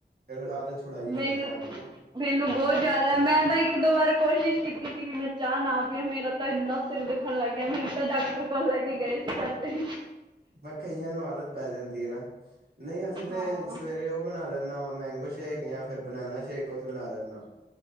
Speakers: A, on the right; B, on the right.
A: ਫਿਰ ਆਦਤ ਛੁਡਾਈ ਹੁਣ
B: ਮੈਨੂੰ
A: ਚਾਹ ਦੀ ਮੈਂ
B: ਮੈਨੂੰ ਬਹੁਤ ਜ਼ਿਆਦਾ, ਮੈਂ ਤਾਂ ਇੱਕ ਦੋ ਵਾਰ ਕੋਸ਼ਿਸ਼ ਕੀਤੀ ਸੀ, ਵੀ ਮੈਂ ਚਾਹ ਨਾ ਵੀ ਪੀਵਾਂ ਮੇਰਾ ਤਾਂ ਇੰਨਾ ਸਿਰ ਦੁਖਣ ਲੱਗ ਗਿਆਂ, ਮੈਨੂੰ ਤਾਂ ਡਾਕਟਰ ਕੋਲ ਲੈ ਕੇ ਗਏ ਸੀ। ਘਰਦੇ
A: ਬਹ ਕਈਆਂ ਨੂੰ ਆਦਤ ਪੈ ਜਾਂਦੀ ਐ ਨਾ, ਨਹੀਂ ਅਸੀਂ
B: ਹਾਂ
A: ਤੇ ਸਵੇਰੇ ਉਹ ਬਣਾ ਲੈਨਾਂ ਵਾ, ਮੈਂਗੋ ਸ਼ੇਕ ਜਾਂ ਫਿਰ ਬਨਾਨਾ ਸ਼ੇਕ ਕੁਛ ਬਣਾ ਲੈਨਾ।